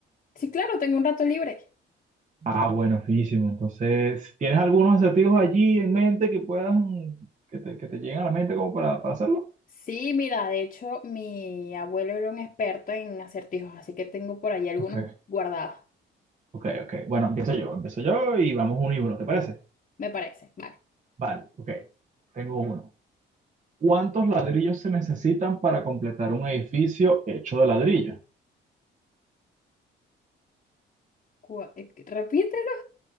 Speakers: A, on the left; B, on the right.
A: Sí, claro, tengo un rato libre.
B: Ah, bueno, finísimo. Entonces, ¿tienes algunos acertijos allí en mente que puedan, que te, que te lleguen a la mente como para, para hacerlo?
A: Sí, mira, de hecho, mi abuelo era un experto en acertijos, así que tengo por ahí algunos
B: Ok,
A: guardados,
B: ok, ok. Bueno, empiezo yo, empiezo yo y vamos uno y uno, ¿te parece?
A: me parece. Vale.
B: Vale, ok. Tengo uno. ¿Cuántos ladrillos se necesitan para completar un edificio hecho de ladrillo?
A: Cu- eh, Repítelo.